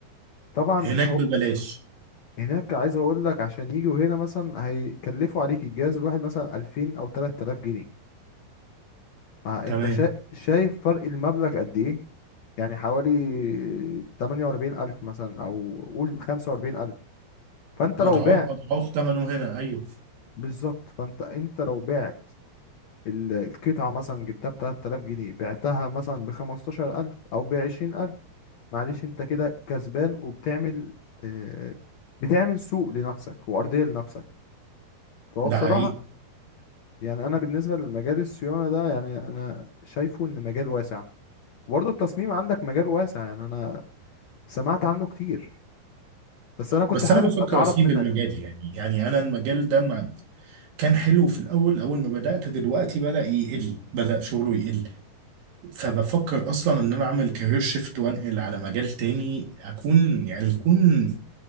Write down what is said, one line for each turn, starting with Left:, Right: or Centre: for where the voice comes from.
Left: طبعا
Right: هناك
Left: هو
Right: ببلاش
Left: هناك عايز اقول لك عشان يجوا هنا مثلا هيكلفوا عليك الجهاز الواحد مثلا 2000 او 3000 جنيه فانت
Right: تمام
Left: شا... شايف فرق المبلغ قد ايه يعني حوالي 48000 مثلا او قول 45000 فانت
Right: اضعاف
Left: لو بعت
Right: اضعاف ثمنه هنا ايوه
Left: بالظبط فانت انت لو بعت ال- القطعة مثلا جبتها ب 3000 جنيه بعتها مثلا ب 15000 او ب 20000 معلش انت كده كسبان وبتعمل آه، بتعمل سوق لنفسك وارضية لنفسك فهو
Right: ده
Left: بصراحة
Right: حقيقي
Left: يعني انا بالنسبه لمجال الصيانه ده يعني انا شايفه ان مجال واسع وبرضه التصميم عندك مجال واسع يعني انا سمعت عنه كتير بس انا كنت
Right: بس
Left: حابب
Right: انا بفكر
Left: اتعرف
Right: اسيب
Left: منك
Right: المجال يعني يعني انا المجال ده ما كان حلو في الاول اول ما بدات دلوقتي بدا يقل بدا شغله يقل فبفكر اصلا ان انا اعمل كارير شيفت وانقل على مجال تاني اكون يعني يكون